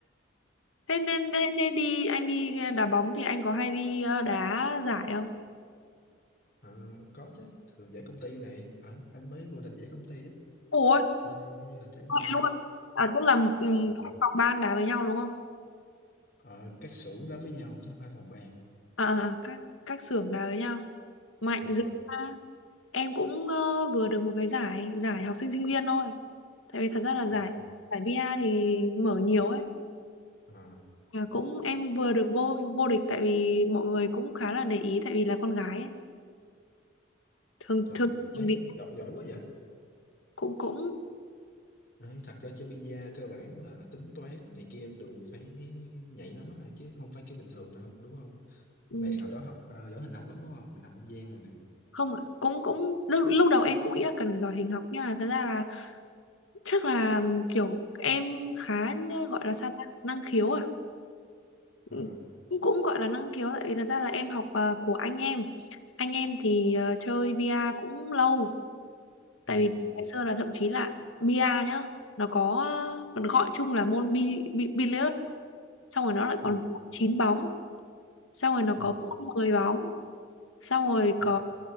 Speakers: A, on the left; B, on the left.
A: Thế nên thế, thế đi anh đi đá bóng thì anh có hay đi ờ, đá giải không?
B: Ờ, có chứ thường giải công ty này Ờ, anh mới vô địch giải công ty á
A: Ủa
B: bên anh mới vô địch giải công
A: Vậy
B: ty
A: luôn
B: á
A: à, tức là ừm,
B: Ờ,
A: các phòng ban đá với nhau đúng không
B: ờ, các xưởng đá với nhau chứ không phải phòng ban
A: à, à, các các xưởng đá với nhau mạnh
B: Ờ,
A: dữ ha em cũng ờ, vừa được một cái giải giải học sinh sinh viên thôi tại vì thật ra là
B: ờ,
A: giải giải BA thì mở nhiều ấy
B: ờ,
A: à, cũng em vừa được vô vô địch tại vì mọi người cũng khá là để ý tại vì là con gái ấy thường
B: trời
A: thường
B: đấy
A: thường thì
B: giỏi giỏi quá vậy
A: cũng cũng
B: đấy, thật ra chơi pizza cơ bản là tính toán này kia đều phải nhạy lắm á chứ không phải kiểu bình thường đâu đúng không
A: ừm,
B: này hồi đó học ờ, giỏi hình học lắm đúng không hình học không gian rồi nè
A: không ạ cũng cũng lúc, lúc đầu em cũng nghĩ là cần phải giỏi hình học nhưng mà thật ra là chắc là kiểu em khá như gọi là sao ta năng khiếu à
B: Ờ,
A: Ừ, cũng cũng gọi là năng khiếu tại vì thật ra là em học ờ, của anh em anh em thì ờ, chơi bia cũng lâu tại
B: ừ.
A: vì ngày xưa là thậm chí là bia nhá nó có ờ, nó gọi chung là môn bi, bi, billiard xong rồi nó lại
B: ừ
A: còn chín bóng xong rồi nó
B: ừ
A: có bóng 10 bóng xong rồi
B: à,
A: có